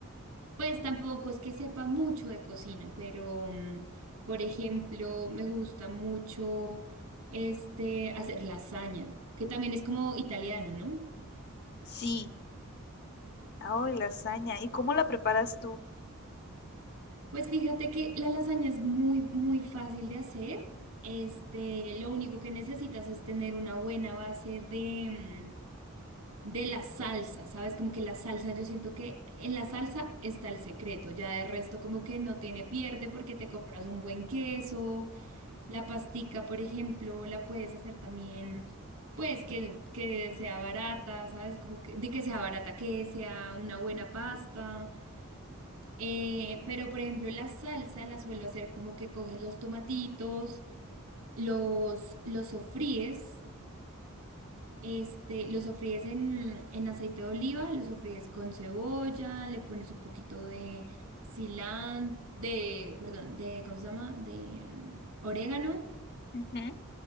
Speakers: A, on the right; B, on the left.
A: Pues tampoco es que sepa mucho de cocina, pero mm, por ejemplo, me gusta mucho este hacer lasaña, que también es como italiano, ¿no?
B: Sí. Ay, lasaña. ¿Y cómo la preparas tú?
A: Pues fíjate que la lasaña es muy, muy fácil de hacer. Este, lo único que necesitas es tener una buena base de, mm, de la salsa, ¿sabes? Como que la salsa, yo siento que en la salsa está el secreto, ya de resto como que no tiene pierde porque te compras un buen queso. La pastica, por ejemplo, la puedes hacer también, pues que, que sea barata, ¿sabes? Como que, de que sea barata, que sea una buena pasta. Eh, pero, por ejemplo, la salsa la suelo hacer como que coges los tomatitos, los, los sofríes, este, los sofríes en, en aceite de oliva, los sofríes con cebolla, le pones un poquito de cilantro, de, perdón, de, ¿cómo se llama? De mm, orégano.
B: Ujú.